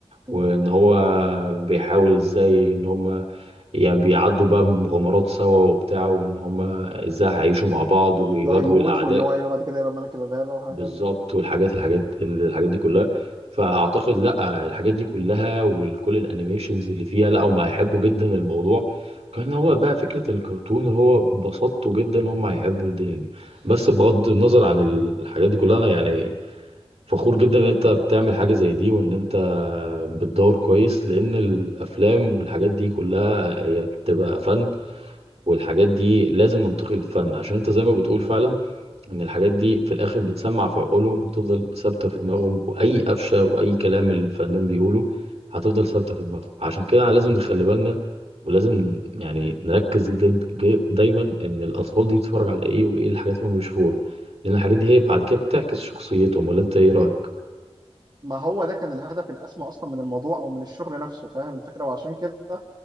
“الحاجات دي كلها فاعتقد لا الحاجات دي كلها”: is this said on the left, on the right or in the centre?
Right